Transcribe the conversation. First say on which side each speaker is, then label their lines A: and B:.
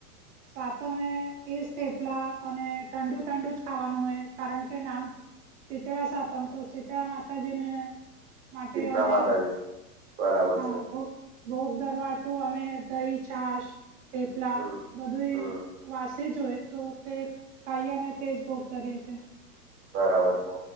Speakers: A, on the right; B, on the right.
A: સાતમે એજ થેપલા અને ઠંડુ ઠંડુ જ ખાવાનું હોય કારણ કે નામ શીતળા સાતમ તો શીતળા માતા જેને માટે
B: શીતળા
A: અમે
B: માતાજી બરાબર
A: હા
B: છે.
A: બોગ બોગ દરવાટું અમે દહી છાશ થેપલા
B: હમ
A: બધું
B: હમ
A: વાસ તે જો હોય તો તે કાયાને તેજ ભોગ કરીએ છે.
B: બરાબર છે.